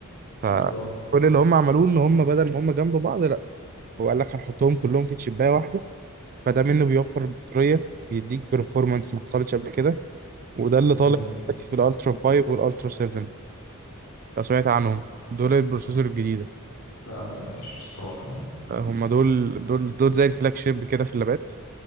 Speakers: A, on the left (about 85°); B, on the right (about 40°).
A: اكيد
B: فكل
A: اه
B: اللي هم عملوه ان هم بدل ما هم جنب بعض لا هو قال لك هنحطهم كلهم في تشيبايه واحدة فده منه بيوفر البطارية بيديك performance ما حصلتش قبل كده وده اللي
A: تمام
B: طالع دلوقتي في الالترا 5 والالترا 7 لو سمعت عنهم دول البروسيسور الجديدة
A: لا ما سمعتش الصراحه يعني
B: آه، هم دول دول دول زي الفلاج شيب كده في اللابات